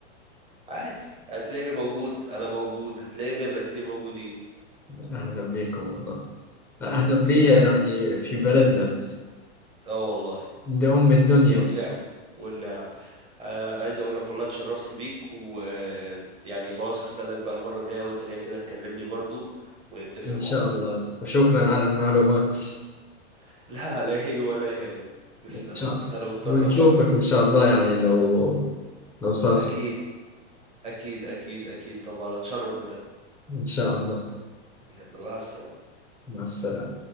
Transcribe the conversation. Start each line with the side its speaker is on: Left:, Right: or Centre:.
Right: عادي هتلاقي موجود انا موجود هتلاقي غيرنا كتير موجودين
Centre: أهلا بكم والله أهلا
Right: اهلا بيك
Centre: بي
Right: اه
Centre: يعني في بلدنا
Right: آه والله
Centre: عند أم الدنيا
Right: والنعم والنعم آه عايز اقول لك والله اتشرفت بيك ويعني خلاص هستناك بقى المرة الجاية وانت جاي كده تكلمني برضو ونتفق
Centre: إن
Right: مع
Centre: شاء
Right: بعض
Centre: الله وشكرا على المعلومات
Right: <laughs> لا لا يه- ولا يهمك تسلم
Centre: إن شاء
Right: لي
Centre: الله
Right: انا مضطر
Centre: ونشوفك
Right: اقوم بقى
Centre: إن شاء الله يعني لو لو صارت
Right: اكيد
Centre: فرصة
Right: اكيد اكيد اكيد طبعا اتشرف بده
Centre: إن شاء الله
Right: يلا مع السلامة
Centre: مع السلامة